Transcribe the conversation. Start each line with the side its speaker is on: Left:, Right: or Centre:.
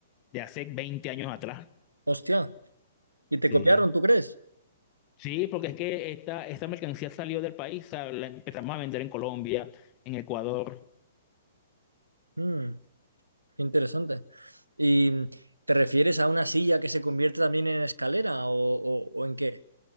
Left: de hace 20 años atrás.
Right: Hostia. ¿Y te
Left: Sí.
Right: copiaron, tú crees?
Left: Sí, porque es que esta, esta mercancía salió del país, o sea, la empezamos a vender en Colombia, en Ecuador.
Right: Mm, qué interesante. ¿Y te refieres a una silla que se convierte también en escalera o, o- o en qué?